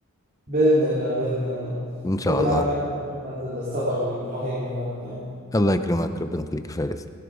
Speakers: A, on the right; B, on the left.
A: بإذن الله بإذن الله
B: ان
A: يعطيك
B: شاء
A: العافية
B: الله
A: على معلومات السفر الرهيبة اللي أعطيتني إياها
B: الله يكرمك ربنا يخليك يا فارس